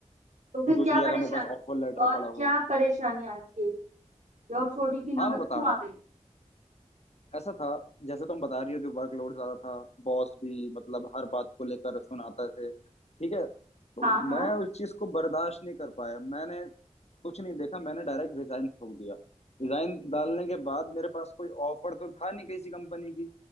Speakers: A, on the right (about 75°); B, on the left (about 60°).
A: तो फिर
B: कि दूसरी
A: क्या
B: जगह
A: परेशान
B: मेरे पास ऑफर लेटर
A: और
B: पड़ा
A: क्या
B: हो
A: परेशानी आई थी जॉब छोड़ी की नौबत
B: हाँ मैं
A: क्यों
B: बता रहा
A: आ
B: हूँ
A: गई
B: ऐसा था जैसे तुम बता रही हो कि वर्कलोड ज्यादा था बॉस भी मतलब हर बात को लेकर सुनाते थे ठीक है तो
A: हाँ हाँ
B: मैं उस चीज को बर्दाश्त नहीं कर पाया मैंने कुछ नहीं देखा मैंने डायरेक्ट रिजाइन ठोक दिया रिजाइन डालने के बाद मेरे पास कोई ऑफर तो था नहीं किसी कंपनी की